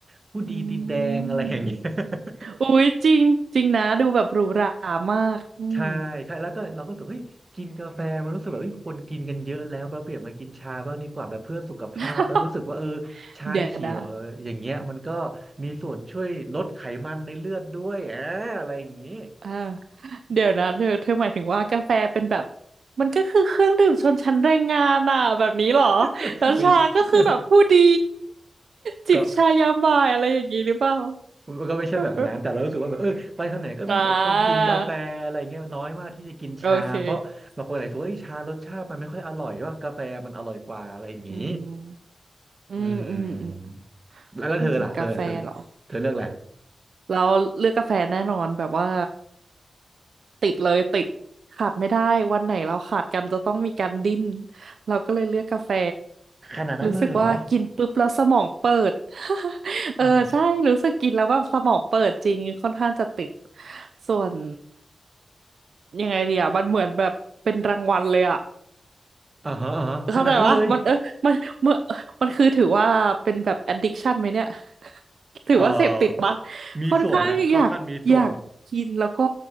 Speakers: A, on the right (about 45°); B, on the right (about 80°).
A: ผู้ดีตีนแดงอะไรอย่างเงี้ย
B: อืม
A: <laughs>
B: อุ้ยจริงจริงนะดูแบบหรูหรามากอืม
A: ใช่ใช่แล้วก็เราก็รู้สึกเฮ้ยกินกาแฟมันรู้สึกแบบเฮ้ยคนกินกันเยอะแล้วเราเปลี่ยนมากินชาบ้างดีกว่าแบบเพื่อสุขภาพแล้วรู้สึกว่าเออ
B: <laughs>
A: ชาเขียวอย่างเงี้ยมันก็
B: เดี๋ยวนะ
A: มีส่วนช่วยลดไขมันในเลือดด้วยอ่าอะไรอย่างงี้
B: อ่าเดี๋ยวนะเธอเธอหมายถึงว่ากาแฟเป็นแบบมันก็คือเครื่องดื่มชนชั้นแรงงานอ่ะแบบนี้เหรอ
A: <laughs>
B: แล้วชาก็คือแบบผู้ดี
A: ไม่ <laughs>
B: จิบชายามบ่ายอะไรอย่างนี้หรือเปล่า
A: ก็ มันก็ไม่ใช่แบบนั้นแต่เรารู้สึกว่าแบบเออไปทางไหนก็มีแต่คนกินกาแฟอะไรเงี้ยน้อยมากที่จะกินชาเพราะบางคนอาจจะว่าเอ้ยชารสชาติมันไม่ค่อยอร่อยว่ากาแฟมันอร่อยกว่าอะไรอย่างนี้
B: <laughs> อ่าโอเคอืมอืมอืมอืม
A: อืมแล้วแล้วเธอล่ะเธอเธอ
B: จริงๆกาแฟเหรอ
A: เธอเลือกอะไร
B: เราเลือกกาแฟแน่นอนแบบว่าติดเลยติดขาดไม่ได้วันไหนเราขาดกันจะต้องมีการดิ้นเราก็เลยเลือกกาแฟ
A: ขนาดนั้นเลยเหรอ
B: รู้สึกว่ากินปุ๊บแล้วสมองเปิด <laughs> เออใช่รู้สึกกินแล้วแบบสมองเปิดจริงค่อนข้างจะติด
A: อ๋อ
B: ส่วนยังไงดีอ่ะมันเหมือนแบบเป็นรางวัลเลยอ่ะ
A: อ่าฮะอ่าฮะขนาดนั้นเลย
B: เข้าใจวะมันเออมันมันมันคือถือว่าเป็นแบบ addiction ไหมเนี่ย <laughs> ถือว่าเสพติดปะ
A: เออมีส่วนนะเข้าขั้นมีส่วน
B: ค่อนข้างอยากอยากกินแล้วก็